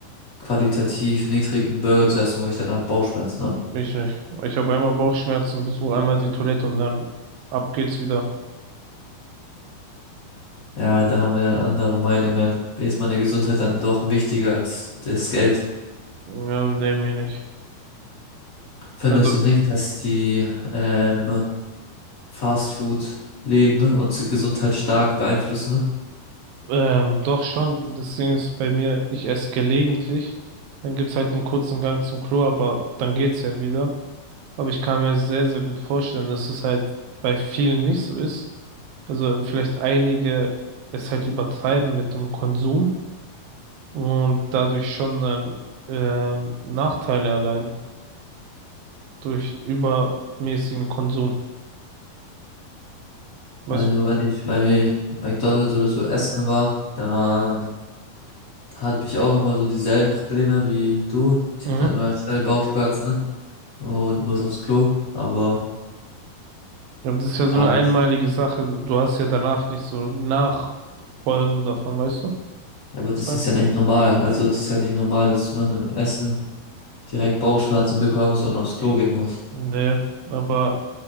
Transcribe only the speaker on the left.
qualitativ niedrigen Burger zu essen, wo ich danach Bauchschmerzen habe.
Ja, da haben wir dann andere Meinungen. Mir Ist meine Gesundheit dann doch wichtiger als das Geld?
Findest
du nicht, dass die ähm, Fastfood-Läden unsere Gesundheit stark beeinflussen?
Also wenn ich bei McDonald's oder so essen war, dann hatte ich auch immer so dieselben Probleme wie du. Ich
habe dann immer schnell Bauchschmerzen ne, und muss aufs Klo. Aber
ja,
ich,
aber das
ist ja nicht normal. Also das ist ja nicht normal, dass du nach einem Essen direkt Bauchschmerzen bekommst und aufs Klo gehen musst.